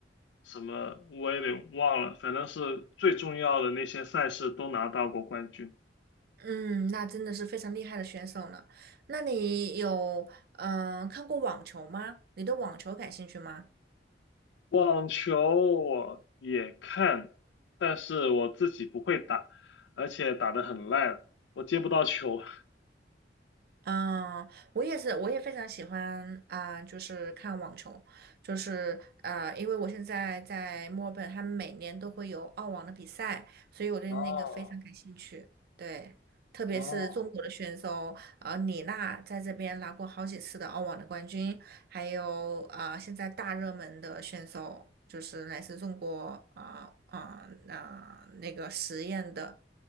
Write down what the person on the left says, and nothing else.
什么我也得忘了，反正是最重要的那些赛事都拿到过冠军。
网球我也看，但是我自己不会打，而且打得很烂，我接不到球。<laughs>
哦
哦，